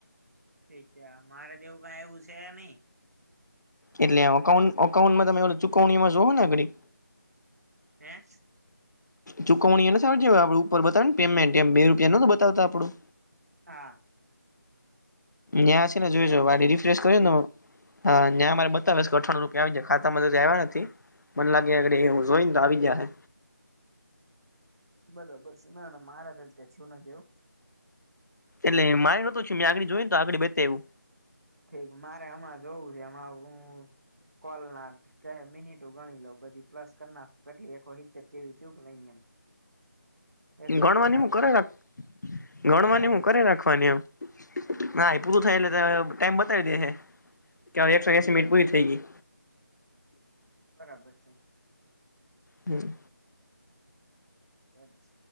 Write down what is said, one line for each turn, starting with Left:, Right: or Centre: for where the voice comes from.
Right: ઠીક છે મારે તેવું કઈ આયવું છે નઈ
Left: એટલે અઉ અકાઉન અકાઉનમાં તમે ચૂકવણીમાં જોઓ નેગડી
Right: હે
Left: ચુકવણી એને સવજી આપડું ઉપર બતાવે ને પેમેન્ટ એમ બે રૂપિયા ન તો બતાવતા આપડું
Right: હા
Left: ન્યા છે
Right: ઠીક
Left: ને જોઈ રિફ્રેશ કર ને હા ન્યા અમારે બતાવેશ અથાણું રૂપિયા આવી ગ્યા ખાતામાં ત્યા આવ્યા નથી મન લાગેગ એ ઉજોઈ આવી જાહે
Right: બરાબર છે ના મારે જ કે થું નથી એવું
Left: એટલે મારે નહોતું મેં આગડી જોઈ ને તો આગળ બેતા એવું
Right: થય ગયું મારે હમણાં જોવું છે હમણા હું કોલ ના કયાં મિનિટો ગણી લઉ બધી પ્લસ કરના કેટલી ખહિત કચેરી ચૂક નહી એમ એકસો
Left: ગણવાની
Right: પચાસ
Left: હું કરે રાખ ગણવાની
Right: કરે રાખવાનું
Left: હું કરે રાખ ખવાની એમ ના એ પુુંરૂ થાય એટલે ટાઈમ બતાવી દે હે કે હવે એકસો
Right: ઠીક
Left: એંસી મિટ પૂરી થઈ ગઈ
Right: બરાબર છે
Left: હમ્મ
Right: બસ